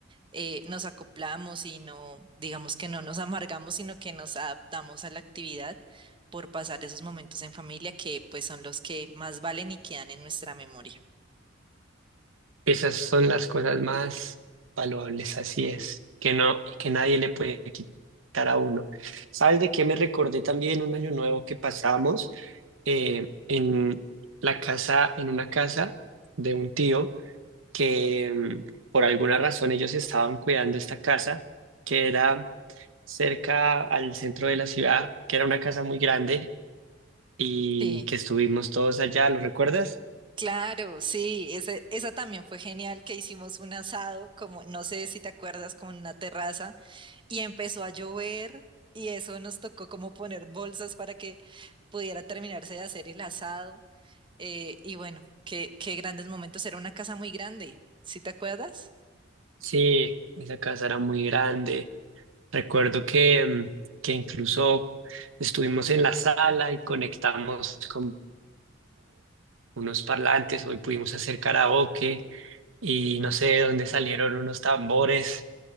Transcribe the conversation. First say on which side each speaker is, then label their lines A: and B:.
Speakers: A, on the right; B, on the right.
A: eh, nos acoplamos y no, digamos que no nos <laughs> amargamos, sino que nos adaptamos a la actividad por pasar esos momentos en familia que pues son los que más valen y quedan en nuestra memoria.
B: Esas son las cosas más valuables, así es, que no, y que nadie le puede quitar a uno. ¿Sabes de qué me recordé también un año nuevo que pasamos eh, en la casa, en una casa de un tío que mm, por alguna razón ellos estaban cuidando esta casa que era cerca al centro de la ciudad, que era una casa muy grande y
A: Sí,
B: que estuvimos todos allá, ¿lo recuerdas?
A: claro, sí, ese- esa también fue genial que hicimos un asado, como no sé si te acuerdas, como en una terraza y empezó a llover y eso nos tocó como poner bolsas para que pudiera terminarse de hacer el asado eh, y bueno, qué, qué grandes momentos, era una casa muy grande, ¿sí te acuerdas?
B: Sí, esa casa era muy grande Recuerdo que, mm, que incluso estuvimos en la sala y conectamos como unos parlantes. Hoy pudimos hacer karaoke y no sé de dónde salieron unos tambores,